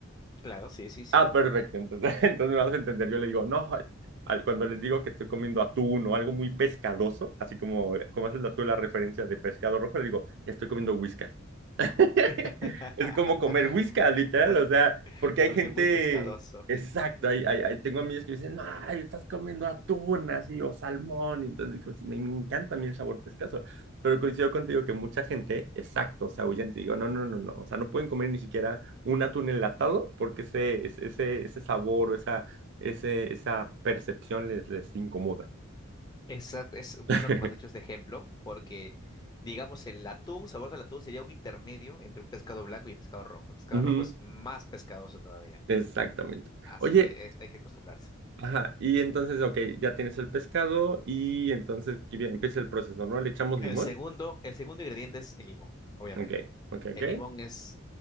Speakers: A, on the left; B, on the right.
A: claro, sí, sí, sí.
B: Ah, perfecto, entonces, <laughs> entonces me vas a entender. Yo le digo, no, es- al- cuando les digo que estoy comiendo atún o algo muy pescadoso, así como, como haces la, tú la referencia de pescado rojo, le digo, estoy comiendo Whiskas. <laughs>
A: <laughs>
B: Es como comer whiskas, literal,
A: Porque,
B: o sea, porque hay
A: porque
B: gente,
A: es muy pescadoso.
B: exacto, hay, hay- hay- tengo amigos que dicen, no, ay, estás comiendo atún así o salmón, y entonces digo, sí, me, me encanta a mí el sabor pescazo, pero coincido contigo que mucha gente, exacto, o sea, huyen, te digo, no, no, no, no, o sea, no pueden comer ni siquiera un atún enlatado porque ese, ese, ese ese sabor o esa, ese, esa percepción les, les incomoda.
A: Exacto, es bueno
B: <laughs>
A: que me has dicho este ejemplo, porque digamos el atún, sabor del atún sería un intermedio entre un pescado blanco y pescado rojo. El pescado
B: Ujú,
A: rojo es más pescadoso todavía,
B: exactamente.
A: así
B: Oye,
A: que eh, hay que acostumbrarse.
B: Ajá, y entonces, ok, ya tienes el pescado y entonces que bien, empieza el proceso, ¿no? Le echamos
A: El
B: limón.
A: segundo, el segundo ingrediente es el limón, obviamente.
B: Ok, ok, ok.
A: El limón es,